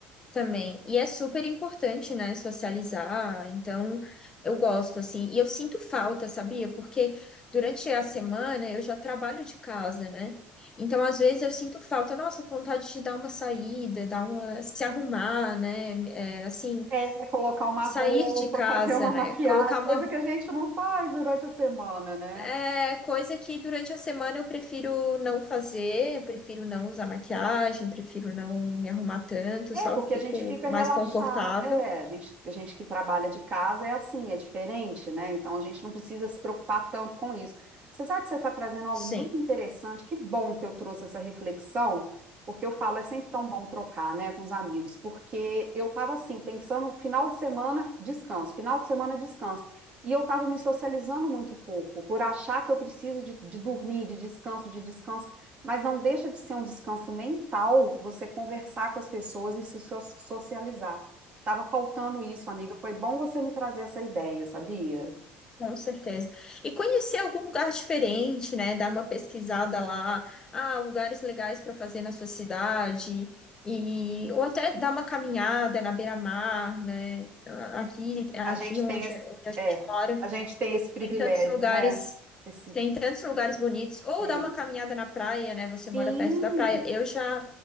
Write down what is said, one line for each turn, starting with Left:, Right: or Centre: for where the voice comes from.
Left: Também. E é super importante, né, socializar. Então, eu gosto, assim. E eu sinto falta, sabia? Porque durante a semana eu já trabalho de casa, né? Então, às vezes eu sinto falta, nossa, vontade de dar uma saída, dar uma, se arrumar, né? É, assim,
Right: É, colocar uma
Left: sair
Right: roupa,
Left: de casa,
Right: fazer uma
Left: né?
Right: maquiagem,
Left: Colocar uma,
Right: coisa que a gente não faz durante a semana, né?
Left: é, coisa que durante a semana eu prefiro não fazer, eu prefiro não usar maquiagem, prefiro não me arrumar tanto,
Right: É,
Left: só
Right: porque
Left: fico
Right: a gente fica
Left: mais
Right: relaxado.
Left: confortável.
Right: É, a gente, a gente que trabalha de casa é assim, é diferente, né? Então a gente não precisa se preocupar tanto com isso. Você sabe que você está trazendo algo
Left: Sim.
Right: muito interessante. Que bom que eu trouxe essa reflexão, porque eu falo, é sempre tão bom trocar, né, com os amigos, porque eu estava assim, pensando, final de semana, descanso, final de semana, descanso. E eu estava me socializando muito pouco, por achar que eu preciso de, de dormir, de descanso, de descanso. Mas não deixa de ser um descanso mental você conversar com as pessoas e se so- socializar. Tava faltando isso, amiga. Foi bom você me trazer essa ideia, sabia?
Left: Com certeza. E conhecer algum lugar diferente, né? Dar uma pesquisada lá, ah, lugares legais para fazer na sua cidade, e ou até dar uma caminhada na beira-mar, né? Aqui, aqui
Right: A gente
Left: onde,
Right: tem esse,
Left: onde a gente
Right: é,
Left: mora,
Right: a gente tem esse privilégio,
Left: tem tantos lugares
Right: né? Esse
Left: tem tantos lugares bonitos. Ou
Right: tem.
Left: dar uma caminhada na praia, né? Você
Right: Sim,
Left: mora perto da praia. Eu já,